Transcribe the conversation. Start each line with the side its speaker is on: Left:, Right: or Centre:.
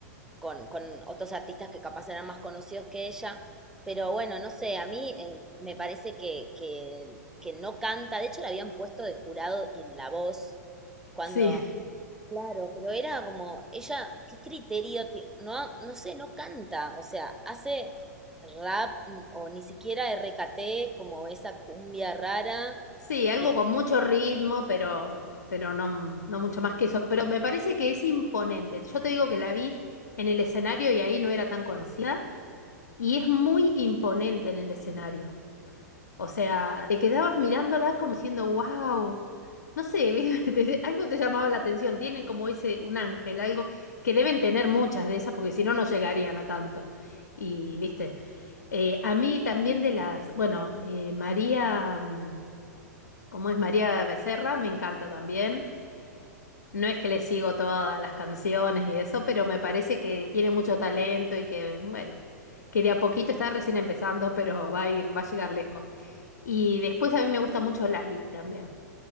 Centre: con, con otros artistas que capaz eran más conocidos que ella. Pero bueno, no sé, a mí eh, me parece que, que, que no canta. De hecho, la habían puesto de jurado en La Voz cuando
Left: sí,
Centre: Claro, pero era como, ella, ¿qué criterio? ti- No, no sé, no canta, o sea, hace rap mm, o ni siquiera RKT, como esa cumbia rara,
Left: Sí, algo
Centre: eh,
Left: con mucho ritmo, pero, pero no, no mucho más que eso. Pero me parece que es imponente. Yo te digo que la vi en el escenario y ahí no era tan conocida. Y es muy imponente en el escenario. O sea, te quedabas mirándola como diciendo, wow. No sé, <laughs> ¿viste? Te- algo te llamaba la atención. Tienen como ese, un ángel, algo que deben tener muchas de esas, porque si no, no llegarían a tanto. Y, viste, eh, a mí también de las, bueno, eh, María. mm, como es María Becerra, me encanta también. No es que le sigo todas las canciones y eso, pero me parece que tiene mucho talento y que, bueno, que de a poquito está recién empezando, pero va a ir, va a llegar lejos. Y después a mí me gusta mucho Lali también.